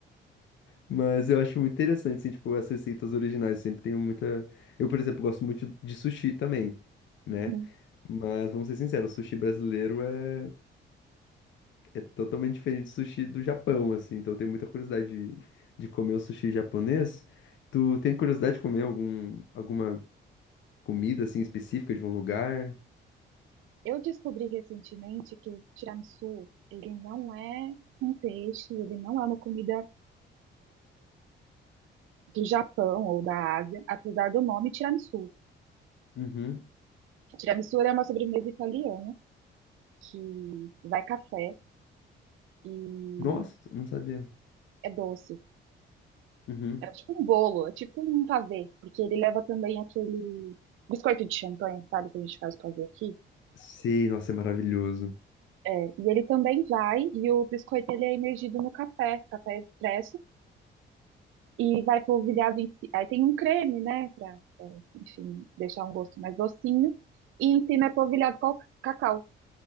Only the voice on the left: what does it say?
Mas eu acho muito interessante, assim, tipo, as receitas originais. Eu sempre tenho muita. Eu, por exemplo, gosto muito de sushi também, né?
Mas vamos ser sinceros, o sushi brasileiro é, é totalmente diferente do sushi do Japão, assim. Então eu tenho muita curiosidade de, de comer o sushi japonês. Tu tem curiosidade de comer algum, alguma comida, assim, específica de um lugar?
Uhum.
Nossa, não sabia.
Uhum.
Sei, nossa, é maravilhoso.